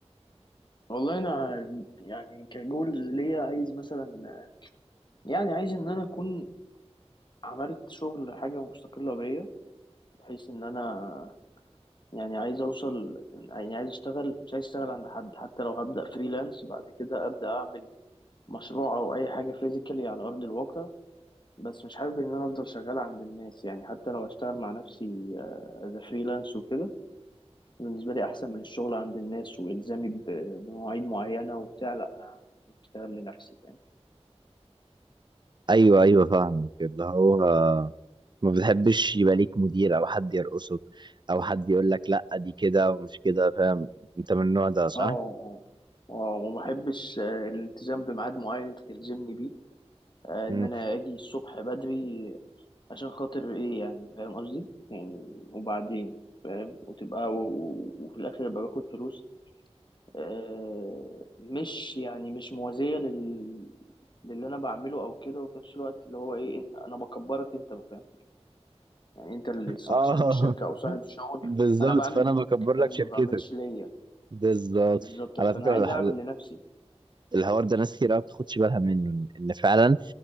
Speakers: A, on the left; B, on the right.
A: والله انا يعني كجولز ليا عايز مثلا يعني عايز ان انا اكون عملت شغل حاجه مستقله بيا بحيث ان انا يعني عايز اوصل يعني عايز اشتغل مش عايز اشتغل عند حد حتى لو هبدا فريلانس بعد كده ابدا اعمل مشروع او اي حاجه فيزيكالي على ارض الواقع بس مش حابب ان انا افضل شغال عند الناس يعني حتى لو هشتغل مع نفسي ذا فريلانس وكده بالنسبه لي احسن من الشغل عند الناس والزامي ب- بمواعيد معينه وبتاع لا أنا عايز اشتغل لنفسي
B: ايوه ايوه فاهمك اللي هو ما بتحبش يبقى ليك مدير او حد يرقصك او حد يقول لك لا دي كده ومش كده فاهم انت من النوع ده صح؟
A: اه اه اه وما بحبش آه، الالتزام بميعاد معين انت تلزمني بيه آه، ان
B: مم.
A: انا اجي الصبح بدري عشان خاطر ايه يعني فاهم قصدي يعني وبعدين فاهم وتبقى و... و... وفي الاخر ابقى باخد فلوس آه، مش يعني مش موازية لل للي انا بعمله او كده وفي نفس الوقت اللي هو ايه انا بكبرك انت ما فاهم يعني انت اللي صاح-
B: اه
A: صاحب الشركة او صاحب الشغل
B: <laughs> بالظبط
A: انا بعمل
B: فانا
A: ليك
B: بكبر
A: فاهم
B: لك شركتك
A: ما بعملش ليا
B: بالظبط
A: بالظبط
B: على
A: فانا
B: فكره
A: عايز
B: الح-
A: اعمل لنفسي
B: الحوار ده ناس كتير قوي ما بتاخدش بالها منه ان إن فعلا